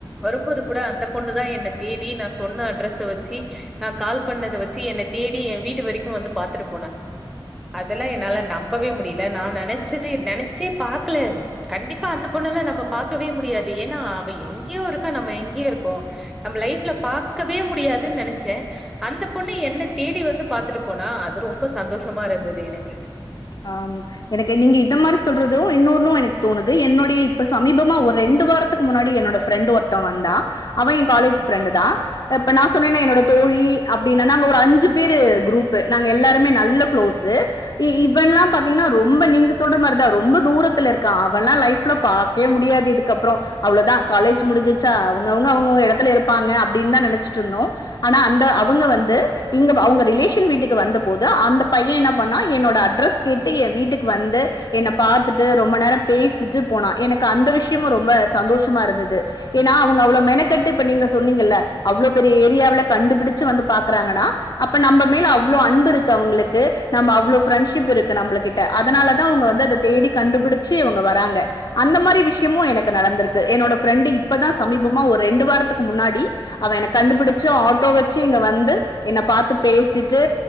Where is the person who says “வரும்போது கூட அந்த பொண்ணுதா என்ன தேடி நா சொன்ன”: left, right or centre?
Centre